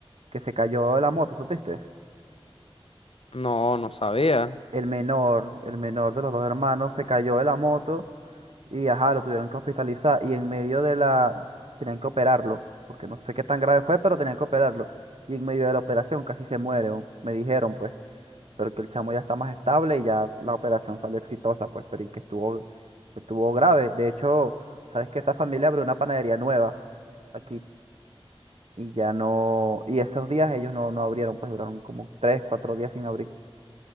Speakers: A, on the right; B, on the left.
A: que se cayó de la moto, ¿supiste?
B: No, no sabía.
A: El menor, el menor de los dos hermanos se cayó de la moto Y ajá, lo tuvieron que hospitalizar y en medio de la... tenían que operarlo, porque no sé qué tan grave fue, pero tenían que operarlo. Y en medio de la operación casi se muere, weón. me dijeron pues, pero que el chamo ya está más estable y ya la operación salió exitosa, pues, pero y que estuvo, que estuvo grave. De hecho, sabes que esa familia abrió una panadería nueva aquí y ya no, y esos días ellos no, no abrieron, pues duraron como tres, cuatro días sin abrir.